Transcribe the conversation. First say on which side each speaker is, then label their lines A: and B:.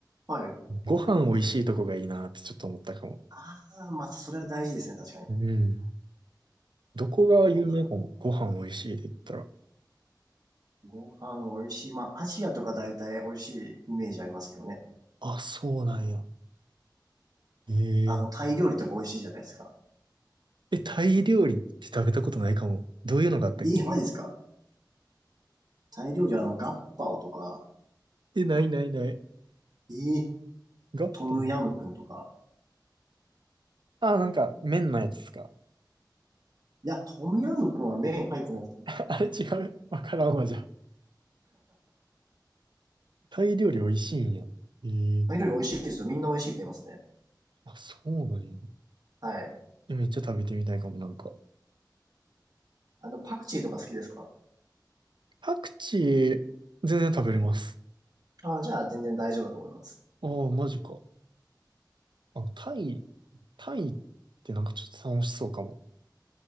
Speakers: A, on the right; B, on the right.
A: はい。
B: ご飯美味しいとこがいいなってちょっと思ったかも。
A: ああ、まあそれは大事ですね、確かに。
B: うんどこが有名かも。
A: ご飯
B: ご飯美味しいで言ったら。
A: ご飯美味しい。まあ、アジアとか大体美味しいイメージありますけどね。
B: あ、そうなんや。ええ。
A: あの、タイ料理とか美味しいじゃないですか。
B: え、タイ料理って食べたことないかも。どういうのがあったっけ
A: えー、マジですかタイ料理あの、ガッパオとか、
B: え、ないないない。
A: えー、
B: ガッパン
A: トムヤムクンとか。
B: あ、なんか麺のやつですか。
A: いや、トムヤムクンは麺入ってないですね。
B: <laughs> あれ違う。わからんわ、じゃあ。タイ料理美味しいんや。ええ。
A: タイ料理美味しいですよ。みんな美味しいって言いますね。
B: あ、そうなんや。
A: はい。
B: え、めっちゃ食べてみたいかも、なんか。
A: あの、パクチーとか好きですか
B: パクチー、全然食べれます。
A: ああ、じゃあ全然大丈夫だと思います。
B: ああ、マジか。あ、タイ、タイってなんかちょっと楽しそうかも。